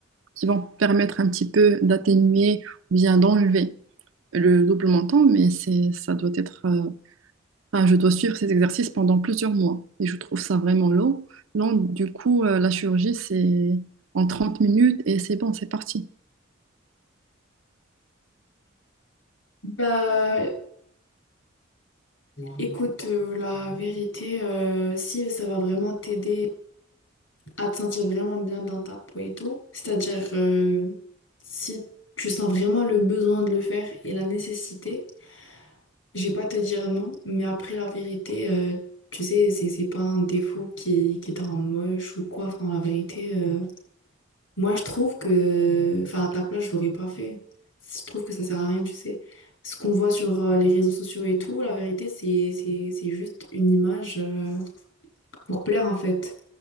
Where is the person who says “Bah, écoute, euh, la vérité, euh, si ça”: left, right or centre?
Left